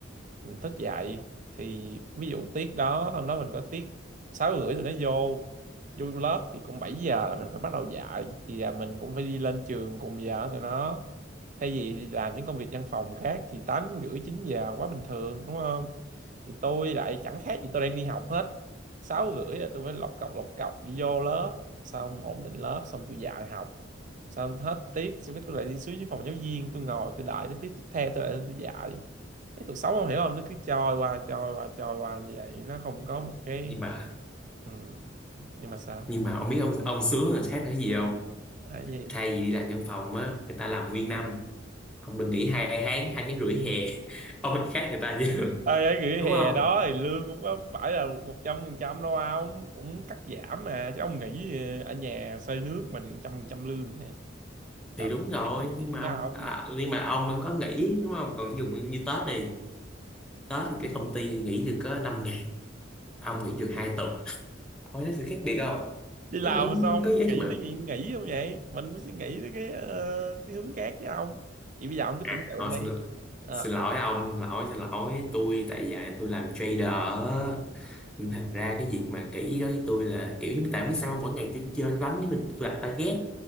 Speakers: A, on the right (about 40°); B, in the centre.
A: mình thức dậy thì ví dụ tiết đó hôm đó mình có tiết sáu rưỡi tụi nó vô vô lớp thì cũng 7 giờ là mình phải bắt đầu dạy thì là mình cũng phải đi lên trường cùng giờ với tụi nó thay vì đi làm những công việc văn phòng khác thì tám rưỡi chín giờ quá bình thường đúng không thì tôi lại chẳng khác gì tôi đang đi học hết sáu rưỡi là tôi phải lọc cọc lọc cọc đi vô lớp xong ổn định lớp xong tôi dạy học xong hết tiết xong cái tôi lại đi xuống dưới phòng giáo viên tôi ngồi tôi đợi tới tiết tiếp theo tôi lại lên tôi dạy cái cuộc sống không hiểu không nó cứ trôi qua trôi qua trôi qua như vậy nó không có một cái
B: nhưng mà
A: ừ. nhưng mà sao
B: nhưng mà ông biết ông ông sướng người khác là cái gì không
A: tại vì
B: thay vì đi làm văn phòng á người ta làm nguyên năm ông được nghỉ hai tháng hai tháng rưỡi hè <laughs> ông lại khác người ta chứ
A: ơi cái nghỉ hè
B: đúng không
A: đó thì lương cũng có phải là một trăm phần trăm đâu ông cũng cắt giảm mà chứ ông nghĩ ở nhà xây nước mà được trăm phần trăm lương hả làm
B: thì đúng rồi
A: cái câu
B: nhưng
A: chuyện
B: mà
A: đó
B: ông
A: ông
B: à, nhưng mà ông vẫn có nghỉ đúng không còn dùng như Tết đi Tết thì cái công ty nghỉ được có 5 ngày ông nghỉ được hai tuần ông thấy sự khác biệt không
A: đi làm
B: nó vẫn
A: mà sao ông
B: có giá
A: nghĩ
B: cho mình
A: tới chuyện nghỉ không vậy mình mới suy nghĩ tới cái ờ, cái hướng khác chứ ông vậy bây giờ ông cứ
B: À,
A: tưởng tượng
B: thôi xin,
A: đi Ờ,
B: xin lỗi
A: ông
B: ông, xin lỗi, xin lỗi tôi tại giờ tôi làm trader á. nhưng thành ra cái việc mà kỹ đó với tôi là kiểu như tại biết sao mỗi ngày tôi chơi đánh với mình tôi đặt target